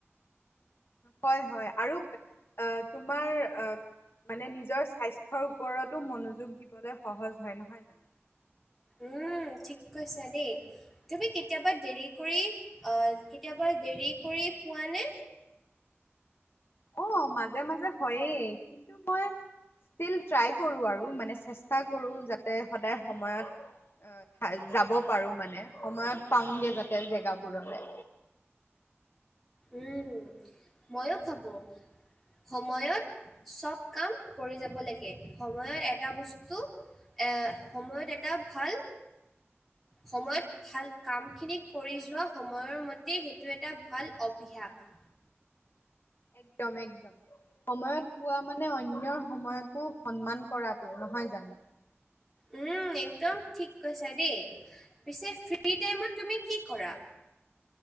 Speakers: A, on the left; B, in the centre.
A: হয়-হয় আৰু অ তোমাৰ অ মানে নিজৰ স্বাস্থ্যৰ ওপৰতো মনোযোগ দিবলৈ সহজ হয় নহয়।
B: উম, ঠিক কৈছা দেই। তুমি কেতিয়াবা দেৰি কৰি অ কেতিয়াবা দেৰি কৰি পোৱানে?
A: অ মাজে মাজে হয়েই কিন্তু মই ষ্টিল ট্ৰাই কৰোঁ আৰু মানে চেষ্টা কৰোঁ যাতে সদায় সময়ত উম ঠাইত যাব পাৰো মানে সময়ত পাওঁগে যাতে জেগাবোৰলে।
B: উম, ময়ো ভাবো। সময়ত চব কাম কৰি যাব লাগে সময়ত এটা বস্তু এহ সময়ত এটা ভাল সময়ত ভাল কাম খিনি কৰি যোৱা সময়ৰ মতে সেইটো এটা ভাল অব অ্যাস।
A: একদম-একদম। সময়ত পোৱা মানে অন্য সময়কো সন্মান কৰাটো, নহয় জানো?
B: উম, একদম ঠিক কৈছা দেই পিছে ফ্ৰী টাইমত তুমি কি কৰা?